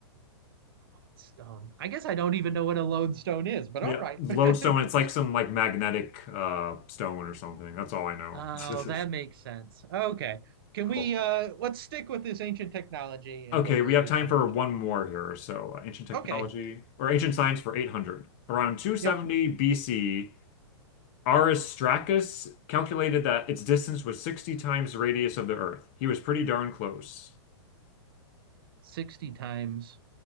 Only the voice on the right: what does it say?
Lodestone. I guess I don't even know what a lodestone is, but
all right.
<laughs>
Oh,
that makes sense. Okay. Can
we uh let's stick with this ancient technology and
go for
800.
Okay.
Yep.
60 times